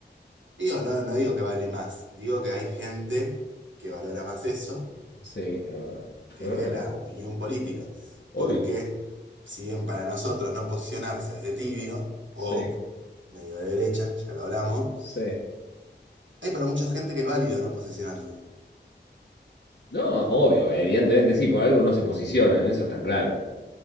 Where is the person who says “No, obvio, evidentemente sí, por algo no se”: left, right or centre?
Left